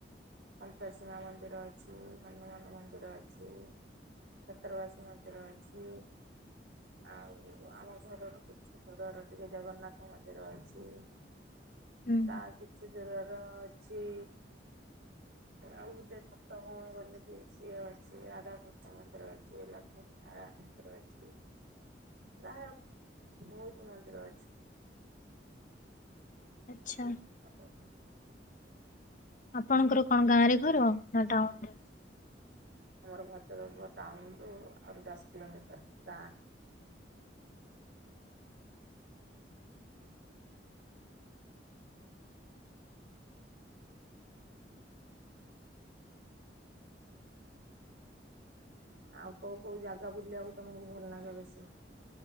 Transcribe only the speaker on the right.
ସନ୍ତୋଷୀମା ମନ୍ଦିର ଅଛି। ହନୁମାନ ମନ୍ଦିର ଅଛି। <unintelligible> ମନ୍ଦିର ଅଛି। ଆଉ ଆମ ଘରରୁ କିଛି ଦୂର ରେ ଟିକେ ଜଗନ୍ନାଥ ମନ୍ଦିର ଅଛି।
ତା କିଛି ଦୂରର ଅଛି ଆଉ ଗୋଟେ ସାତଭଉଣୀ ବୋଲି ସିଏ ଅଛି। ରାଧାକୃଷ୍ଣ ମନ୍ଦିର ଅ ଶ୍ରୀ ଲକ୍ଷ୍ମୀ ନାରାୟଣ ମନ୍ଦିର ଅଛି। ପ୍ରାୟ ବହୁତ୍ ମନ୍ଦିର ଅଛି।
<unintelligible>
ଆମର ଭଦ୍ରକ ଟାଉନ୍ ରୁ ଆହୁରି ଦଶ କିଲୋମିଟର ଗାଁ। ଆଉ କୋଉ କୋଉ ଜାଗା ବୁଲିବାକୁ ତମକୁ ଭଲ ଲାଗେ ବେଶୀ?